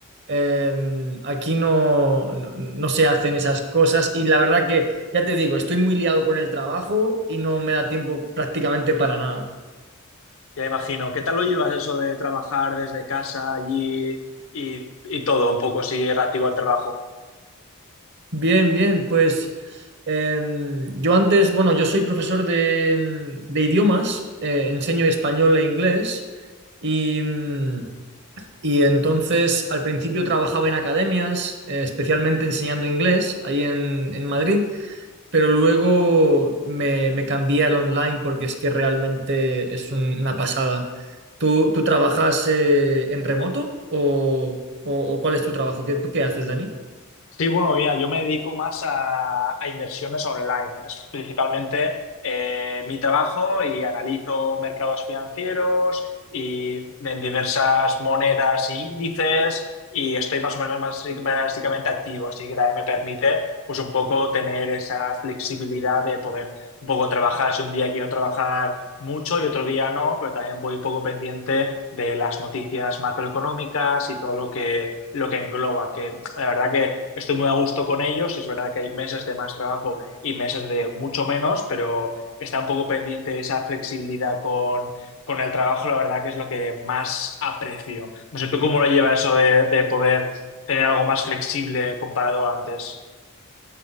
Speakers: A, on the right (about 55°); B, on the left (about 65°).
A: Em, aquí no, no, no se hacen esas cosas y la verdad que, ya te digo, estoy muy liado con el trabajo y no me da tiempo prácticamente para nada.
B: Ya imagino. ¿Qué tal lo llevas eso de trabajar desde casa allí y, y todo un poco así relativo al trabajo?
A: Bien, bien, pues em, yo antes, bueno, yo soy profesor de, de idiomas, eh, enseño español e inglés y... mm, Y entonces al principio trabajaba en academias, eh, especialmente enseñando inglés ahí en, en Madrid, pero luego me, me cambié al online porque es que realmente es un- una pasada. ¿Tú, tú trabajas eh, en remoto o, o- o cuál es tu trabajo? ¿Qué, tú qué haces, Dani?
B: Sí, bueno, mira, yo me dedico más a, a inversiones online. Es principalmente eh, mi trabajo y analizo mercados financieros y en diversas monedas e índices y estoy más o menos basi- básicamente activo, así que también me permite pues un poco tener esa flexibilidad de poder un poco trabajar si un día quiero trabajar mucho y otro día no, pero también voy un poco pendiente de las noticias macroeconómicas y todo lo que lo que engloba, que la verdad que estoy muy a gusto con ellos, es verdad que hay meses de más trabajo y meses de mucho menos, pero está un poco pendiente esa flexibilidad con, con el trabajo, la verdad que es lo que más aprecio. No sé, ¿tú cómo lo llevas eso de, de poder tener algo más flexible comparado a antes?